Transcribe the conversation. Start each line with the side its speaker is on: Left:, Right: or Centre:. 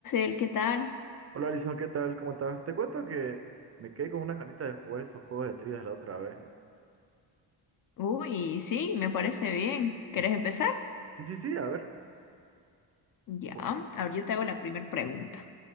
Left: Axel, ¿qué tal?
Right: Hola Alison, ¿qué tal? ¿Cómo estás? Te cuento que me quedé con unas ganitas de jugar esos juegos de trivias la otra vez.
Left: Uy, sí, me parece bien. ¿Quieres empezar?
Right: Sí, sí, sí, a ver.
Left: Ya,
Right: Bo-
Left: ahora yo te hago la primera pregunta.